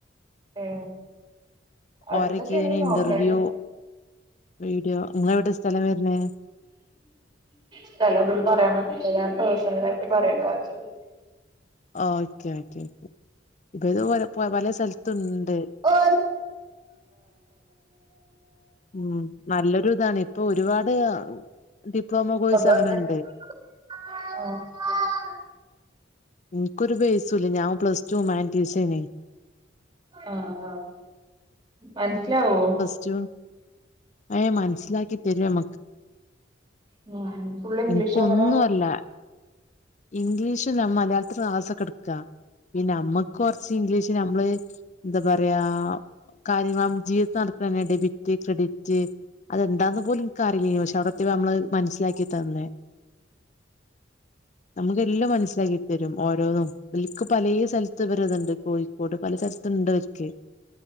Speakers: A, on the right; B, on the left.
A: ഹേ അടുത്തൊക്കെ
B: ഓരൊക്കെ
A: ആണെങ്കി നോക്കായിരുന്നു.
B: ഇന്റർവ്യൂ വീഡിയോ നിങ്ങളെ എവിടെ സ്ഥലം വരുന്നേ
A: സ്ഥലം ഇതില് പറയാൻ പറ്റില്ല ഞാൻ പേഴ്സണലായിട്ട് പറയണ്ട് വാട്സപ്പ്
B: ഓക്കേ ഓക്കേ ഓക്കേ ഇപ്പ ഇതേ പോലെ പലേ സ്ഥലത്തുണ്ട്.
A: ഓ
B: ഉം നല്ലൊരു ഇതാണ് ഇപ്പൊ ഒരുപാട് ഡിപ്ലോമ കോഴ്സ്
A: ആഹ്
B: അങ്ങനെുണ്ട്
A: ആഹ്
B: എനിക്കൊരു ബേസ ഇല്ല ഞാൻ പ്ലസ് ടു മാൻ ടീസനെ
A: ആഹ് ആഹ് മൻസ്സ്ലാവോ?
B: <unintelligible> അയാ മനസ്സിലാക്കി തരോമ
A: ഉം ഉം ഫുൾ ഇംഗ്ലീഷാകാരം
B: ഇൻക്ക്‌ ഒന്നു അല്ലെ. ഇംഗ്ലീഷ് മലയാളത്തിൽ ക്‌ളാസ്സൊക്കെ ഇട്ക്കാ പിന്നെ നമ്മുക്ക് കുറച്ച് ഇംഗ്ലീഷ്.. പക്ഷെ നമ്മള് എന്താ പറയാ. കാര്യം വാം <unintelligible> നടത്താൻ വേണ്ടി ഡെബിറ്റ് ക്രെഡിറ്റ്.. അത് എന്താന്ന് പോലും നിക്ക് അറിയിലയിനു ക്ഷെ അതൊക്കെ നമ്മള് മനസിലാക്കി തന്ന്. നമുക്ക് എല്ലാം മനസ്സിലാക്കി തരും ഓരോന്നും ഇവെല്ക്ക് പാലെ സ്ഥലത്ത് ഇവരെ ഇതുണ്ട് കോഴി ഒര് പലസ്ഥലത്ത്ണ്ട് ഓര്ക്..